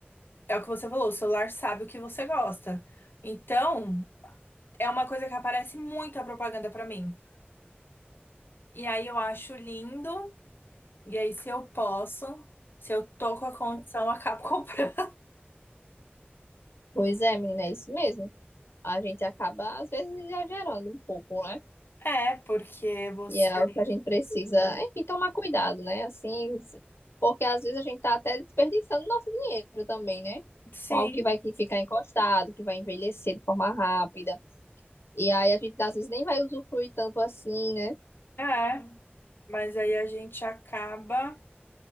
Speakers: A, on the left; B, on the left.
A: É o que você falou, o celular sabe o que você gosta. Então, é uma coisa que aparece muita propaganda pra mim. E aí eu acho lindo. E aí, se eu posso, se eu tô com a condição, eu acabo <laughs> comprando.
B: Pois é, menina, é isso mesmo. a gente acaba, às vezes, exagerando um pouco, né?
A: É, porque você.
B: E é o que a gente precisa, enfim, tomar cuidado, né? Assim, se- porque às vezes a gente tá até desperdiçando nosso dinheiro também, né?
A: Sim,
B: Com algo que vai que ficar encostado, que vai envelhecer de forma rápida. E aí a gente, às vezes, nem vai usufruir tanto assim, né?
A: é. Mas aí a gente acaba.